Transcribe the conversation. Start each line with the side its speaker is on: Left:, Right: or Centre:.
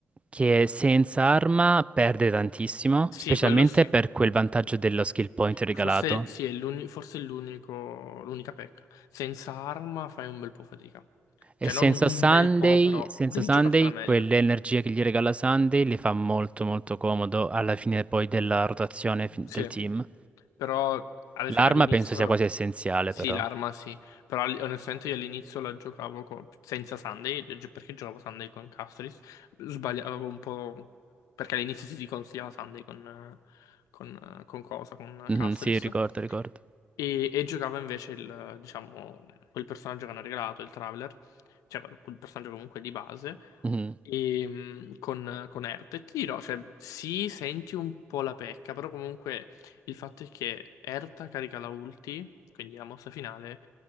Right: che senza arma perde tantissimo,
Left: Sì,
Right: specialmente
Left: quello sì.
Right: per quel vantaggio dello skill point regalato.
Left: Forse sì, è l'uni- forse è l'unico, l'unica pecca. Senza arma fai un bel po' fatica.
Right: E
Left: Cioè,
Right: senza
Left: non un
Right: Sunday,
Left: bel po', però
Right: senza
Left: devi
Right: Sunday,
Left: giocartela meglio.
Right: quell'energia che gli regala Sunday le fa molto molto comodo alla fine poi della rotazione fi-
Left: Sì,
Right: del team.
Left: però alle-
Right: L'arma
Left: all'inizio...
Right: penso sia quasi essenziale
Left: Sì,
Right: però.
Left: l'arma sì, però all- onestamente io all'inizio la giocavo co- senza Sunday, gi- perché giocavo Sunday con Castris, sbagliavo un po', perché all'inizio si si consigliava Sunday con, eh, con, eh, con cosa, con
Right: Mhm,
Left: Castris,
Right: sì, ricordo, ricordo.
Left: e, e giocava invece il, diciamo, quel personaggio che hanno regalato, il Traveler, cioè quel quel personaggio comunque di base,
Right: Mhm,
Left: e, mh, con, con Ert. E ti dirò, cioè, sì, senti un po' la pecca, però comunque il fatto è che Erta carica la ulti, quindi la mossa finale,